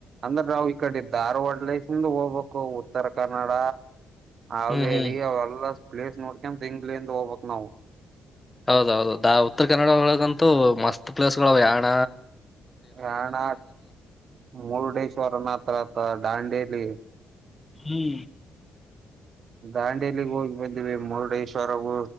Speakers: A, on the right; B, on the left.
A: ಅಂದ್ರ ರವು ಇಕಡೆ ಧಾರವಾಡಲಸ ಹೋಗಬೇಕು ಉತ್ತರ ಕನ್ನಡ ಅವೇ
B: ಹ್ಮ್ ಹ್ಮ್
A: ರೀ ಅವೆಲ್ಲ ಪ್ಲೇಸ್ ನೋಡ್ಕ ತಿಂಗ್ಗಳಿಂದ ಹೋಗ್ಬೇಕಕ್ ನಾವವು
B: ಹೌದೌದುೌ ದಾ ಉತ್ತರ ಕನ್ನಡ ಒಳಗಂತೂ ಮಸ್ತ್ ಪ್ಲೇಸ್ಗಳುಾವ ಯ ಹಾಣ
A: ಯಣ ಮುರುಡೇಶ್ವರನ ಹತ್ರ ದಾಂಡೇಲಿ
B: ಹ್ಮ್
A: ದಾಂಡೇಲಿಗ್ ಹೋಗಿ ಬಂದಿವವಿ ಮುರುಡೇಶ್ವರವೂ